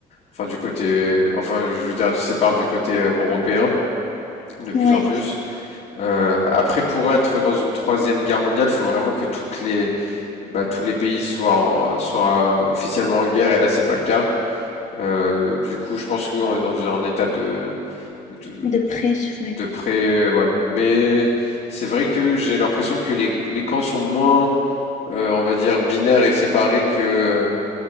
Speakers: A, on the left; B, on the left.
A: enfin du côté enfin je veux dire se sépare du côté euh, européen de plus
B: Ouais,
A: en plus. Euh, après pour être dans une troisième guerre mondiale, faut vraiment que toutes les bah, tous les pays soient en- soient euh, officiellement en guerre et là c'est pas le cas. Euh, du coup, je pense que oui, on est dans un état de de
B: de près, ouais.
A: de près, euh, ouais. Mais c'est vrai que j'ai l'impression que les, les camps sont moins, euh, on va dire, binaires et séparés que,